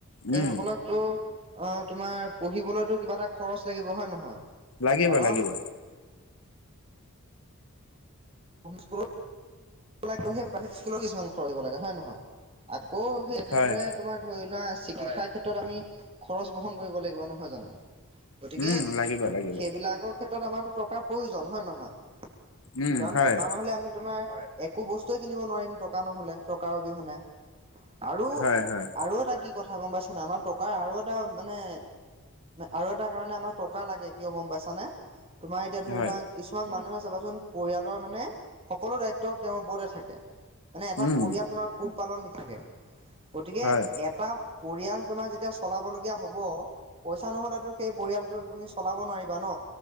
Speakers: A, on the right; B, on the left.
A: সেইসকলক
B: উম
A: টো অ, তোমাৰ পঢ়িবলৈতো কিবা এটা খৰচ লাগিব হয় নহয়?
B: লাগিব-লাগিব।
A: কাৰণ স্কুলত সেই প্ৰভে <unintelligible> স্কুলৰ কিছুমান খৰচ দিব লাগে হয় নহয়? আকৌ সেই এনেদৰে
B: হয়
A: তোমাৰ ধৰি লোৱা শিক্ষাৰ ক্ষেত্ৰত আমি খৰচ বহন কৰিব লাগিব নহয় জানো? গতিকে
B: উম লাগিব লাগিব
A: সেইবিলাকক ক্ষেত্ৰত আমাৰো টকাৰ প্ৰয়োজন হয় নহয়?
B: উম
A: কাৰণ
B: হয়
A: টকা নহ'লে আমি তোমাৰ একো বস্তুৱে কিনিব নোৱাৰিম টকা নহ'লে টকাৰ অবিহনে, আৰু
B: হয় হয়
A: আৰু এটা কি কথা গম পইচা নাই আমাৰ টকাৰ আৰু এটা মানে আৰু এটা কাৰণে আমাৰ টকা লাগে কিয় গম পাইছানে? তোমাৰ এতিয়া ধৰি
B: হয়
A: লোৱা কিছুমান মানুহে চাবাচোন পৰিয়ালৰ মানে সকলো দায়িত্বত থাকে, মানে এটা
B: উম
A: পৰিয়াল তোমাৰ পোহ পালন দি থাকে। গতিকে
B: হয়
A: এটা পৰিয়াল তোমাৰ যেতিয়া চলাবলগীয়া হ'ব, পইচা নহ'লেতো সেই পৰিয়ালটো তুমি চলাব নোৱাৰিবা ন?